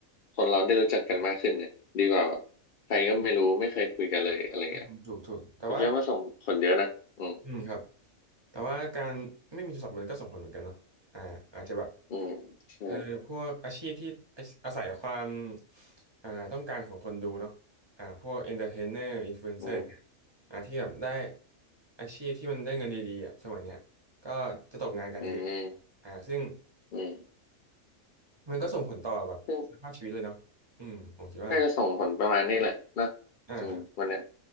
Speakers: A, on the left (about 75°); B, on the right (about 30°).
A: คนเราได้รู้จักกันมากขึ้นเนี่ยดีกว่าแบบใครก็ไม่รู้ไม่เคยคุยกันเลยอะไรเงี้ย
B: อืมถูกถูกแต่ว่า
A: ผมคิดว่ามันส่งผลเยอะนะอืม
B: อืมครับแต่ว่าการไม่มีโทรศัพท์มันก็ส่งผลเหมือนกันเนาะอ่าอาจจะแบบ
A: อืมใช่
B: เออพวกอาชีพที่อาอาศัยความอ่าต้องการของคนดูเนาะอ่าพวกเอนเตอร์เทนเนอร์อินฟลูเอนเซอร์อย่างเงี้ย
A: อืม
B: อ่าที่แบบได้อาชีพที่มันได้เงินดีๆอ่ะสมัยเนี้ยก็จะตกงานกันเยอะ
A: อืม
B: อ่าซึ่ง
A: อืม
B: มันก็ส่งผลต่อแบบคุณภาพชีวิตเลยเนาะอืมผมคิดว่า
A: ซึ่งน่าจะส่งผลประมาณนี้แหละนะ
B: อ่าครับ
A: อืมวันเนี้ย